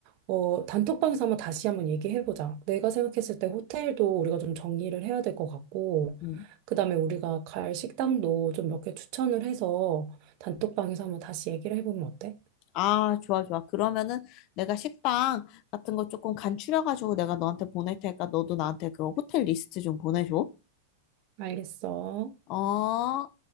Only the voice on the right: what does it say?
어, 단톡방에서 한번 다시 한번 얘기해보자. 내가 생각했을 때 호텔도 우리가 좀 정리를 해야 될 것 같고,
그 다음에 우리가 갈 식당도 좀 몇 개 추천을 해서 단톡방에서 한번 다시 얘기를 해보면 어때?
알겠어.